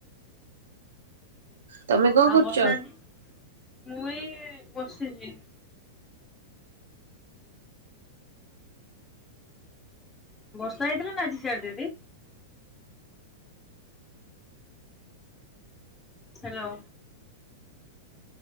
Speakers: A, on the right (about 80°); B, on the left (about 15°).
A: ତମେ କଣ
B: ଆଉ
A: କରୁଛ?
B: ବର୍ଷା ଆଜି ମୁଁ ଏ ବସିଛି। ବର୍ଷା ହେଇଥିଲା ନା ଆଜି ସାର୍ ଦିଦି? ହ୍ୟାଲୋ